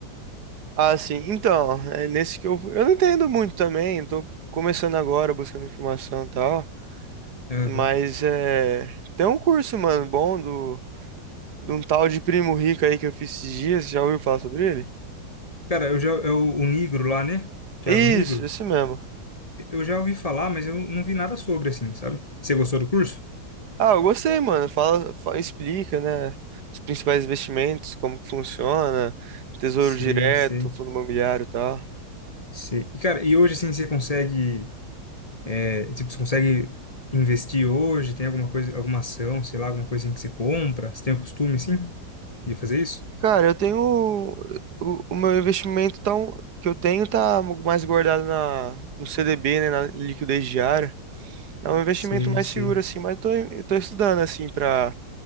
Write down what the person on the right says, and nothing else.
Ah, sim. Então, é nesse que eu Eu não entendo muito também, tô começando agora, buscando informação e tal.
Mas é. Tem um curso, mano, bom do, de um tal de primo rico aí que eu fiz esses dias. Já ouviu falar sobre ele?
Isso,
esse mesmo.
Ah, eu gostei, mano. Fala, fa- explica, né? Os principais investimentos, como que funciona, tesouro
direto,
fundo imobiliário e tal.
Cara, eu tenho. O, o meu investimento tão, que eu tenho tá mais guardado na, no CDB, né? Na liquidez diária. É um investimento
mais
seguro, assim, mas eu tô, eu tô estudando, assim, pra